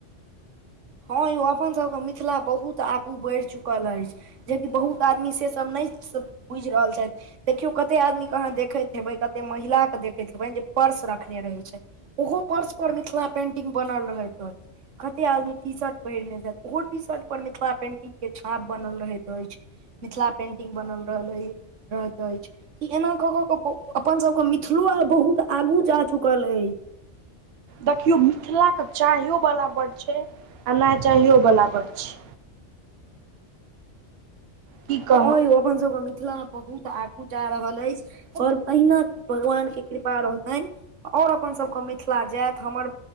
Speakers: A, on the right; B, on the right.
A: हँ यौ अपन सबके मिथिला बहुत आगू बढ़ि चुकल अछि जेकि बहुत आदमी से सब नय बुझि रहल छथि देखियौ कते आदमीके अहाँ देखैत हेबै कतेक महिलाके देखैत हेबै जे पर्स रखने रहै छै ओहो पर्स पर मिथिला पेंटिंग बनल रहैत अछि कते आदमी टी शर्ट पहिरने छै ओहो टी शर्ट पर मिथिला पेंटिंग के छाप बनल रहैत अछि मिथिला पेंटिंग बनल रहल अछि रहैत अछि ई एना कऽ कऽ के अपनसभके मिथिलो आर बहुत आगू जा चुकल अइ
B: देखियो मिथिलाे चााहयो वला बड छै आ नय चाहियोवला बड छै की कहू
A: हँ य अपन सबके मिथिला मे बहुत आगू जा रहल अछि आओर पहिने भगवान के कृपा रहतनि आओर अपन सबके मिथिला जायत हमर